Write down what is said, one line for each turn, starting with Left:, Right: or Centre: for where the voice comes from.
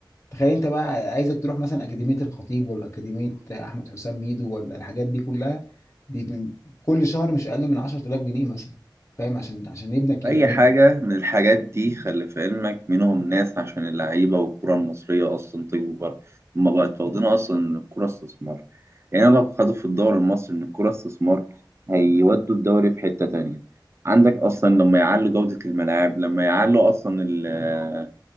Left: تخيل انت بقى عايزك تروح مثلا اكاديميه الخطيب ولا اكاديميه احمد حسام ميدو ولا الحاجات دي كلها دي ب- كل شهر مش اقل من 10000 جنيه مثلا فاهم عشان عشان ابنك يبقى
Right: أي
Left: نجم
Right: حاجة من الحاجات دي خلي في علمك منهم ناس عشان اللعيبة والكرة المصرية أصلا تكبر هما بقت واخدينها أصلا إن الكرة استثمار يعني لو خدوا في الدوري المصري إن الكرة استثمار هيودوا الدوري في حتة تانية عندك أصلا لما يعلوا جودة الملاعب لما يعلوا أصلا ال آه،